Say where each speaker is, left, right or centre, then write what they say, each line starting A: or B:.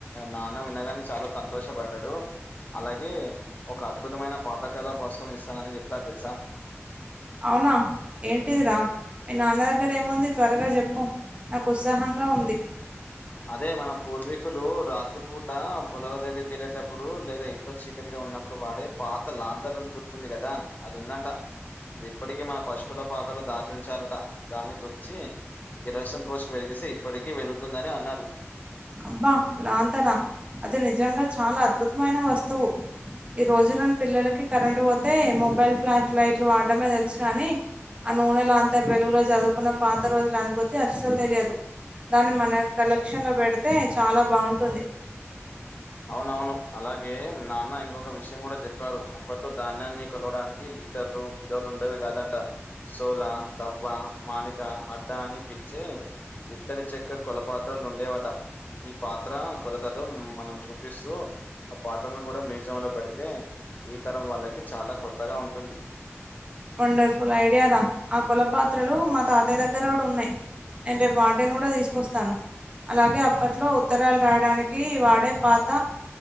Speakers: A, on the left (about 35°); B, on the right (about 25°).
A: నాన్న వినగానే చాలా సంతోషపడ్డాడు అలాగే ఒక అద్భుతమైన పాతకాల వస్తువుని ఇస్తానని చెప్పినారు తెలుసా
B: అవునా ఏంటిదిరా మీ నాన్న దగ్గర ఏముంది త్వరగా జెప్పు నాకు ఉత్సాహంగా ఉంది
A: అదే మన పూర్వీకులు రాత్రి పూట పొలాల దగ్గరకిళ్ళేటప్పుడు లేదా ఇంట్లో చీకటిగా ఉన్నప్పుడు వాడే పాత లాంతర్ంది గుర్తుంది కదా అది ఉందంట అది ఇప్పటికీ మన పశువుల పాకలు దాచుించారట దాన్ని తుడిచి కిరోసిన్ పోసి వెలిగిస్తే ఇప్పటికీ వెలుగుతుందని అన్నారు
B: అబ్బా లాంతరా అది నిజంగా చాలా అద్భుతమైన వస్తువు ఈ రోజులోని పిల్లలకి కరెంట్ పోతే మొబైల్ ఫ్లాష్ లైట్లు వాడమే తెలుసు కాని ఆ నూనే లంతర్ వెలుగులో చదువుకున్న పాత రోజుల అనుబుతి అస్సలు తెలియదు దాన్ని మన కలెక్షన్ లో పెడితే చాలా బాగుంటుంది
A: అవునవును అలాగే నాన్న ఇంకొక విషయం కూడా చెప్పారు అప్పట్లో ధాన్యాన్ని కొలవడానికి లీ టర్లు కిలోలు ఉండేవి కాదంట సోల తవ్వ మానిక అడ్డా అని పిల్చే ఇత్తడి చెక్క కోల పాత్రలు ఉండేవాట ఈ పాత్ర కొలతలు మనం చూపిస్తూ ఆ పాత్రలను కూడా మ్యూజియం లో పెడితే ఈ తరం వాళ్ళకి చాలా కొత్తగా ఉంటుంది
B: వండర్ఫుల్ ఐడియా రా ఆ కోల పాత్రలు మా తాతయ్య దగ్గర కూడా ఉన్నాయ్ నేను రేపు వటిన్ కూడా తీసుకొస్తాను అలాగే అప్పట్లో ఉత్తరాలు రాయడానికి వాడే పాత